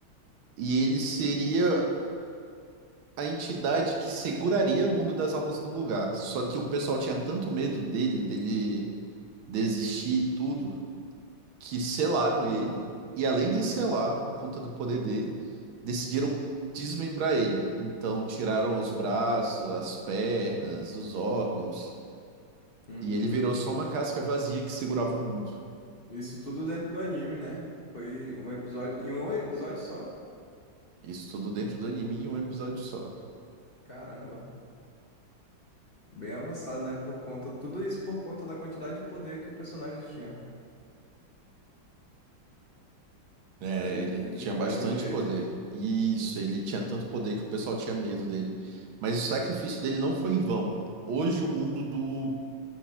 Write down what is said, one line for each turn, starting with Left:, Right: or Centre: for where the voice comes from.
Right: e ele seria a entidade que seguraria o mundo das almas no lugar. Só que o pessoal tinha tanto medo dele, dele desistir e tudo, que selaram ele. E além de selar, por conta do poder dele, decidiram desmembrar ele. Então tiraram os braços, as pernas, os órgãos.
Left: Uhum.
Right: E ele virou só uma casca vazia que segurava o mundo.
Left: Isso tudo dentro do anime, né? Foi um episódio, em um episódio só?
Right: Isso tudo dentro do anime em um episódio só.
Left: Caramba, bem avançado, né? Por conta, tudo isso por conta da quantidade de poder que o personagem tinha.
Right: É,
Left: Aí
Right: ele
Left: f-
Right: tinha bastante
Left: deram um jeito.
Right: poder. Isso, ele tinha tanto poder que o pessoal tinha medo dele. Mas o sacrifício dele não foi em vão. Hoje o mundo do